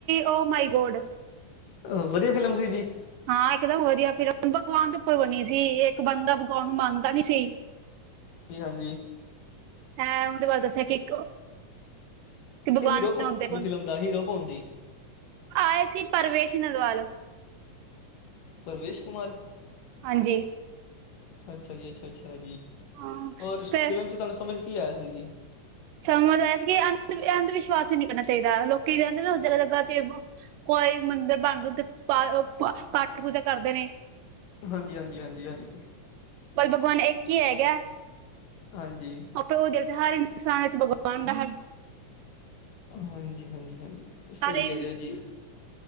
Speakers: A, on the right (about 80°); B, on the left (about 80°).
A: ਓ ਮਾਈ ਗੋਡ
B: ਅਹ ਵਧੀਆਂ ਫ਼ਿਲਮ ਸੀ ਜੀ
A: ਹਾਂ ਇਕਦਮ ਵਧੀਆ ਫ਼ਿਰ ਬਗਵਾਨ ਦੇ ਉੱਪਰ ਬਣੀ ਸੀ ਇੱਕ ਬੰਦਾ ਬਗਵਾਨ ਨੂੰ ਮੰਨਦਾ ਨੀ ਸੀ
B: ਜੀ ਹਾਂਜੀ
A: ਹੈਂ ਉਹਦੇ ਬਾਰੇ ਦੱਸਿਆਂ ਕਿ ਇੱਕ ਭਗਵਾਨ
B: ਹੀਰੋ
A: ਹੈ
B: ਕੌਣ
A: ਉਹਦੇ ਕੋਲ
B: ਫ਼ਿਲਮ ਦਾ ਹੀਰੋ ਕੌਣ ਸੀ
A: ਆਏ ਸੀ ਪਰਵੇਸ਼ ਨਲਵਾਲ
B: ਪਰਵੇਸ਼ ਕੁਮਾਰ
A: ਹਾਂਜੀ।
B: ਅੱਛਾ ਜੀ ਅੱਛਾ ਅੱਛਾ ਜੀ
A: ਹਾਂ
B: ਔਰ
A: ਫਿਰ
B: ਫਿਲਮ ਚ ਤੁਹਾਨੂੰ ਸਮਝ ਕੀ ਆਇਆਂ ਸੀ ਜੀ
A: ਸਮਝਦਾ ਸੀ ਕਿ ਅੰ ਅੰਧ ਵਿਸ਼ਵਾਸ ਈ ਨੀ ਕਰਨਾ ਚਾਹੀਦਾ ਲੋਕੀਂ ਕਹਿੰਦੇ ਨਾ ਜਲ ਲਗਾ 'ਚ' ਕੋਈ ਮੰਦਿਰ ਬਣਦਾ ਓਦੇ ਪਾ ਪਾਠ ਪੂਜਾ ਕਰਦੇ ਨੇ
B: ਹਾਂਜੀ-ਹਾਂਜੀ ਹਾਂਜੀ- ਹਾਂਜੀ
A: ਭਲ ਭਗਵਾਨ ਇੱਕ ਹੀ ਹੈਗਾ,
B: ਹਾਂਜੀ।
A: ਆਪਾਂ ਉਹ ਦਿਲ 'ਚ' ਹਾਰੇ ਇਨਸਾਨ ਵਿੱਚ ਭਗਵਾਨ ਦਾ
B: ਹਾਂਜੀ- ਹਾਂਜੀ, ਹਾਂਜੀ ਸਹੀ
A: ਸਾਰੇ
B: ਕਹਿ ਰਹੇ ਜੀ।